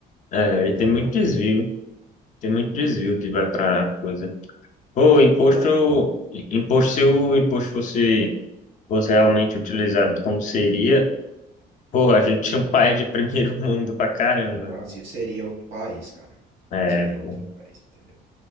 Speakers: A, on the left; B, on the right.
A: É, e
B: Tá
A: tem muito
B: ligado?
A: desvio,
B: E
A: tem muito desvio que vai pra coisa. Pô, imposto,
B: então, pô,
A: imposto, se o imposto fosse, fosse realmente utilizado como seria, pô, a gente tinha um país de primeiro <laughs> mundo pra caramba.
B: o Brasil seria outro país, cara.
A: É,
B: Seria outro
A: pô,
B: país, entendeu?